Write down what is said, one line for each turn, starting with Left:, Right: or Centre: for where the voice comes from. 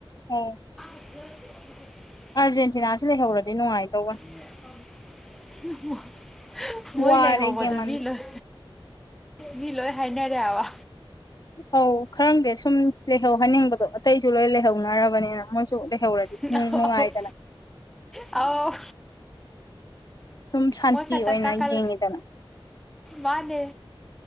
Left: ꯎꯝ
Centre: <inaudible>
Left: ꯑꯥꯔꯖꯦꯟꯇꯤꯅꯥꯁꯤ ꯂꯩꯍꯧꯔꯗꯤ ꯅꯨꯡꯉꯥꯏꯇꯧꯕ
Centre: <inaudible> ꯃꯣꯏ
Left: ꯋꯥꯔꯦ
Centre: ꯂꯩꯍꯧꯕꯗꯣ
Left: ꯌꯦꯡꯃꯟꯗ
Centre: ꯃꯤ ꯂꯣꯏ ꯃꯤ ꯂꯣꯏ ꯍꯥꯏꯅꯔꯦ ꯍꯥꯏꯕꯥ
Left: ꯑꯧ ꯈꯔꯪꯗꯦ ꯁꯨꯝ ꯂꯩꯍꯧ ꯍꯜꯅꯤꯡꯕꯗꯣ ꯑꯇꯩꯁꯨ ꯂꯣꯏ ꯂꯩꯍꯧꯅꯔꯕꯅꯤꯅ ꯃꯣꯏꯁꯨ ꯂꯩꯍꯧꯔꯗꯤ
Centre: ꯑ
Left: ꯅꯨꯡꯉꯥꯏꯗꯅ
Centre: ꯑ ꯑ
Left: ꯁꯨꯝ ꯁꯥꯟꯇꯤ
Centre: ꯃꯣꯏ ꯈꯠꯇ
Left: ꯑꯣꯏꯅ
Centre: ꯀꯀꯜ
Left: ꯌꯦꯡꯉꯤꯗꯅ
Centre: ꯋꯥꯅꯦ